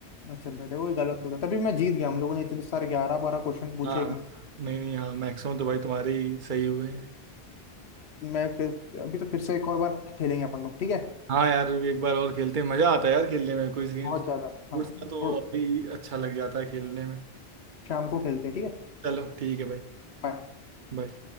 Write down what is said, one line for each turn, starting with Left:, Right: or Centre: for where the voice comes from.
Left: अच्छा बेटे वो ही गलत हो गया तभी मैं जीत गया हम लोगों ने इतने सारे ग्यारह बारह क्वेश्चन पूछे
Right: हाँ नहीं नहीं हाँ मैक्सिमम तो भाई तुम्हारे ही सही हुए हैं
Left: मैं फिर अभी तो फिर से एक और बार खेलेंगे अपन लोग ठीक है
Right: हाँ यार एक बार और खेलते हैं मजा आता है यार खेलने में कोई गेम
Left: बहुत
Right: स्पोर्ट्स
Left: ज्यादा हाँ
Right: का तो
Left: और
Right: अभी अच्छा लग जाता है खेलने में
Left: शाम को खेलते हैं ठीक है
Right: चलो ठीक है भाई
Left: बाय
Right: बाय